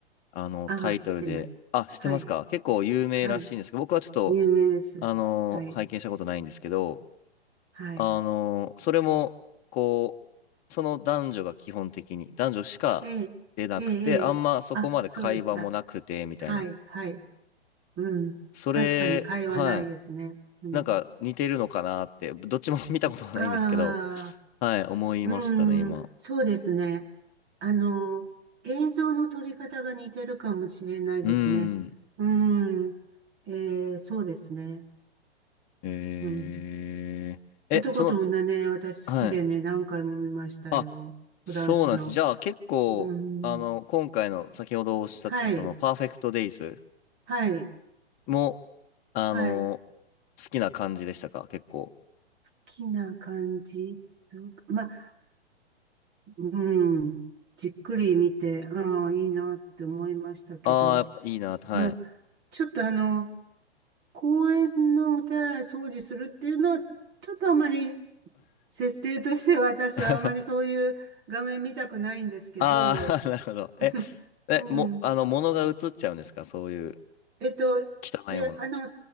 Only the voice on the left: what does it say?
あの、
タイトルで、
あ、知ってますか結構有名らしいんですけど、
僕はちょっと、
あの、
拝見したことないんですけど、
あの、それも、こう、その男女が基本的に、男女しか出なくて、
あんまそこまで会話もなくて、
みたいな。
それ、
はい。
なんか似てるのかなって、どっちも <laughs> 見たことはないんですけど、
はい、思いましたね、
今。
うーん。
えー、
え、その、
はい。
あ、そうなんです。
じゃあ結構、
あの、今回の先ほどおっしゃってたそのパーフェクトデイズ
も、あの、
好きな感じでしたか結構。
ああ、やっぱいいな、はい。
<laughs> ああ、<laughs> なるほど。
え、え、
も、あの、物が映っちゃうんですかそういう
汚いもの。